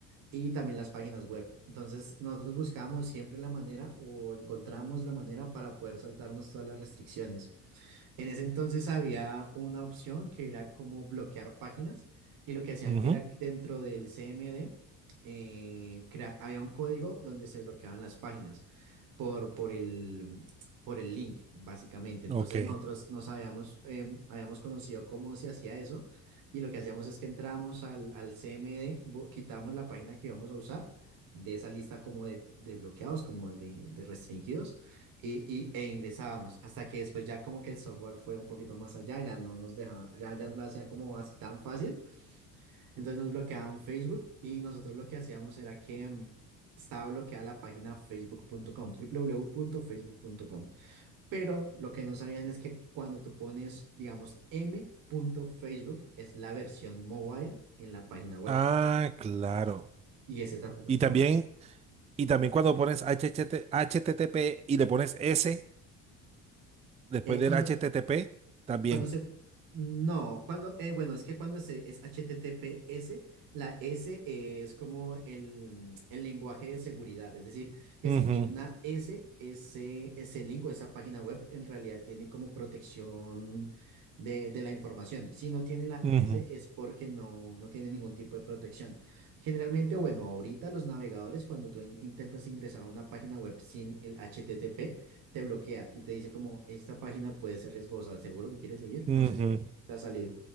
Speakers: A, on the right; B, on the right.
A: Y también las páginas web. Entonces nosotros buscábamos siempre la manera o encontrábamos la manera para poder saltarnos todas las restricciones. En ese entonces había una opción que era como bloquear páginas y lo que hacían
B: Ujú,
A: que era que dentro del CMD eh, crea- había un código donde se bloqueaban las páginas por, por el, por el link, básicamente. Entonces
B: Ok.
A: nosotros nos habíamos, em, habíamos conocido cómo se hacía eso y lo que hacíamos es que entrábamos al, al CMD, bo- quitábamos la página que íbamos a usar de esa lista como de, de bloqueados, como de, de restringidos y, y- e ingresábamos hasta que después ya como que el software fue un poquito más allá, ya no nos dejaba, ya, ya no lo hacía como así tan fácil entonces nos bloqueaban Facebook y nosotros lo que hacíamos era que mm, estaba bloqueada la página facebook.com, www.facebook.com. Pero lo que no sabían es que cuando tú pones, digamos, m.facebook es la versión mobile en la página web
B: Ah, claro.
A: y ese tampoco
B: Y
A: estaba
B: también,
A: bloqueado.
B: y también cuando pones h h t t H t t p y le pones S después
A: Eh,
B: del
A: cuando
B: h t t p también.
A: Cuando se... No, cuando... eh, bueno, es que cuando se, es HTTPS, la S eh, es como el, mm, el lenguaje de seguridad. Es decir, que si
B: Ujú,
A: tiene una S, ese, ese link o esa página web en realidad tiene como protección de, de la información. Si no tiene la
B: ujú,
A: S es porque no, no tiene ningún tipo de protección. Generalmente, bueno, ahorita los navegadores, cuando tú in- intentas ingresar a una página web sin el HTTP, te bloquea y te dice como, esta página puede ser riesgosa, ¿seguro que quieres seguir?
B: ujú.
A: No sé si te, ha te ha salido.